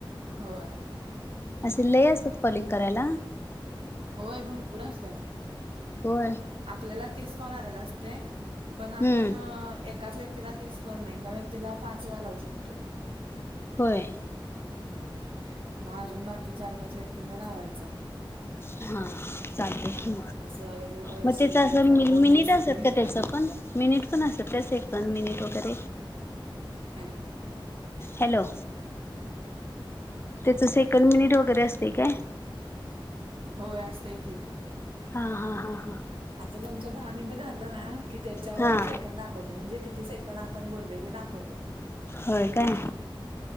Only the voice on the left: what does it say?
असे लई असत्यात कॉलिंग करायला.
होय?
हम्म
होय?
हा हा चालतंय की,
मग त्याच
असं
मिनिट
असत्यात
का त्याच पण? मिनिट पण असत्यात काय? सेकंद मिनिट वगैरे?
हॅलो. त्याच सेकंद मिनिट वगैरे असतंय काय?
हा हा हा हा.
हा हा
होय काय?